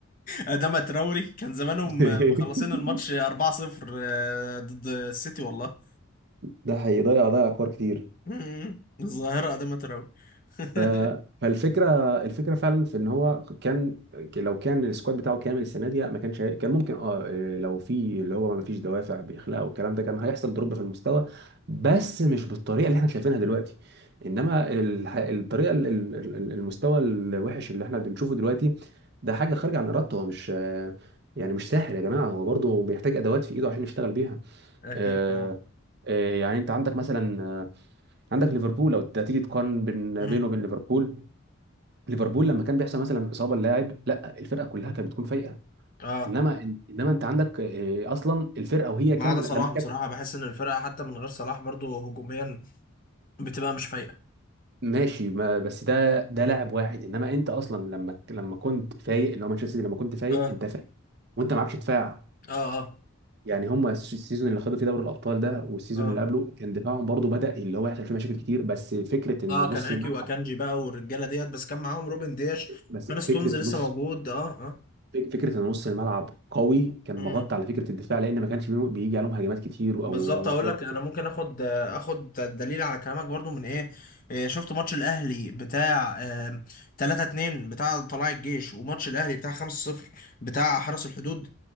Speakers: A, on the left; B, on the right.
A: أداما تراوري كان زمانهم
B: <laughs>
A: مخلصين الماتش 4-0 آه، ضد السيتي والله
B: ده حقيقي ضيع ضيع كور كتير
A: <laughs> الظاهره أداما تراوري <laughs>
B: ف... فالفكره الفكره فعلا في ان هو كان لو كان السكواد بتاعه كامل السنه دي ما كانش هي- كان ممكن اه إيه، لو في اللي هو ما فيش دوافع بيخلقها والكلام ده كان هيحصل دروب في المستوى بس مش بالطريقه اللي احنا شايفينها دلوقتي انما الح... الطريقه ال- ال- ال- المستوى الوحش اللي احنا بنشوفه دلوقتي ده حاجه خارجه عن ارادته هو مش آه، يعني مش ساحر يا جماعه هو برضه بيحتاج ادوات في ايده عشان يشتغل بيها
A: اكيد
B: آه،
A: طبعا
B: آه، يعني انت عندك مثلا آه، عندك ليفربول لو تيجي تقارن بين
A: مم.
B: بينه وبين ليفربول ليفربول لما كان بيحصل مثلا اصابه للاعب لا الفرقه كلها كانت بتكون فايقه
A: اه
B: انما انما انت عندك آه، اصلا الفرقه وهي
A: ما
B: كان
A: عدا
B: لما
A: صلاح بصراحه
B: كانت
A: بحس ان الفرقه حتى من غير صلاح برضو هجوميا بتبقى مش فايقه
B: ماشي ما بس ده ده لاعب واحد انما انت اصلا لما لما كنت فايق اللي هو مانشستر سيتي لما كنت فايق
A: اه
B: انت فايق وانت معكش دفاع
A: اه اه
B: يعني هم الس- السيزون اللي خدوا فيه دوري الابطال ده والسيزون
A: اه
B: اللي قبله كان دفاعهم برضو بدا اللي هو يحصل فيه مشاكل كتير بس فكره ان
A: اه كان
B: نص
A: اكي
B: الملعب
A: واكانجي بقى والرجاله ديت بس كان معاهم روبن دياش
B: بس
A: كان ستونز
B: فكره
A: لسه
B: نص
A: موجود اه اه
B: فك- فكره ان نص الملعب قوي كان
A: امم
B: مغطى على فكره الدفاع لان ما كانش بي- بيجي عليهم هجمات كتير
A: بالظبط
B: او
A: اقول
B: كور
A: لك انا ممكن اخد اخد دليل على كلامك برضو من ايه إيه، شفت ماتش الاهلي بتاع آه، 3 2 بتاع طلائع الجيش وماتش الاهلي بتاع 5 0 بتاع حرس الحدود